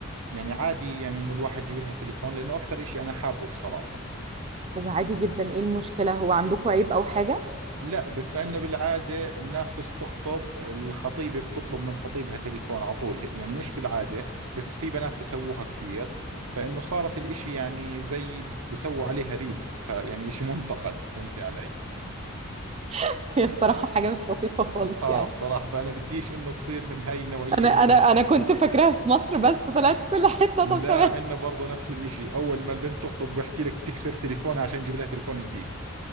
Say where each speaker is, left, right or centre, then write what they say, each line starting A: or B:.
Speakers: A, on the right; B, on the right.
A: يعني عادي يعني انه الواحد يجيب لها تليفون لانه اكثر اشي انا حابه بصراحة
B: هو عادي جدا ايه المشكله هو عندكم عيب او حاجه
A: لا بس عندنا بالعادة الناس بس تخطب الخطيبة بتطلب من خطيبها تليفون على طول يعني مش بالعادة بس في بنات بيسووها كثير فإنه صارت الإشي يعني زي بيسووا عليها ريلز فيعني إشي منتقد فهمتي علي؟
B: <laughs> هي بصراحه حاجه مش لطيفه خالص
A: آه
B: يعني
A: بصراحة فأنا بديش إنه تصير من هاي النوعية
B: انا
A: إنه
B: انا انا كنت فاكراها في مصر بس طلعت في كل حته
A: لا
B: طب تمام
A: عندنا برضه نفس الإشي أول ما البنت تخطب بحكي لك تكسر تليفونها عشان يجيب لها تليفون جديد